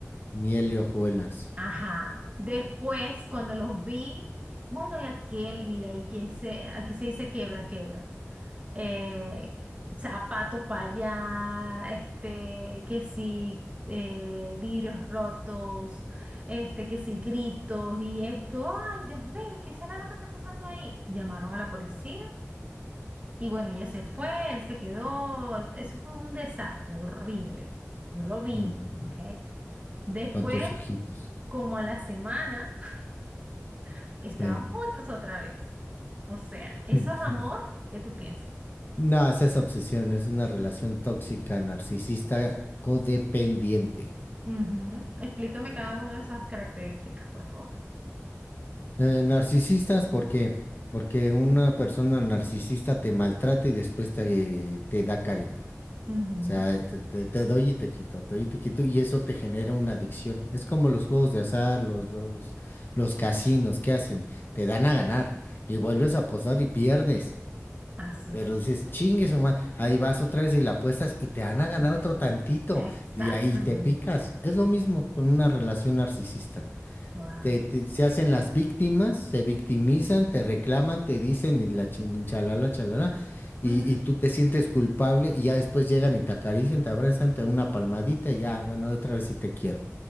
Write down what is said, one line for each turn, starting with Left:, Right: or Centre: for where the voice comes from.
Left: miel y hojuelas.
Right: Ajá. Después, cuando los vi, bueno, y aquel, mira, y que se, aquí se dice quebra, quebra eh, zapatos para allá, este, que si eh, vidrios rotos, este, que si gritos y esto, ay, Dios mío, ¿qué será lo que está pasando ahí? Llamaron a la policía y bueno, ella se fue, él se quedó, eso fue un desastre horrible, yo lo vi,
Left: mm,
Right: ¿ok? Después,
Left: Con tus ojitos.
Right: como a la semana, <laughs> estaban
Left: Sí.
Right: juntos otra vez. O sea, ¿eso
Left: <laughs>
Right: es amor? ¿Qué tú piensas?
Left: No, es esa obsesión, es una relación tóxica, narcisista, codependiente.
Right: Ujú. Explícame
Left: Mm.
Right: cada una de esas características, por favor.
Left: Eh, narcisistas, ¿por qué? Porque una persona narcisista te maltrata y después te, te da cariño.
Right: Ujú.
Left: O sea, te, te- te doy y te quito, te doy y te quito, y eso te genera una adicción. Es como los juegos de azar, los, los, los casinos, ¿qué hacen? Te dan a ganar y vuelves a apostar y pierdes.
Right: Así
Left: Pero
Right: es.
Left: dices, chingue su ma-". ahí vas otra vez y la apuestas y te van a ganar
Right: Ujú.
Left: otro tantito
Right: Exactamente.
Left: y ahí te picas. Es lo mismo con una relación narcisista
Right: Wow.
Left: te, te- se hacen las víctimas, se victimizan,
Right: Ujú.
Left: te reclaman, te dicen y la chin- chalala, chalala, y,
Right: Ujú.
Left: y tú te sientes culpable y ya después llegan y te acarician, te abrazan, te dan una palmadita y ya, bueno, otra vez sí te quiero.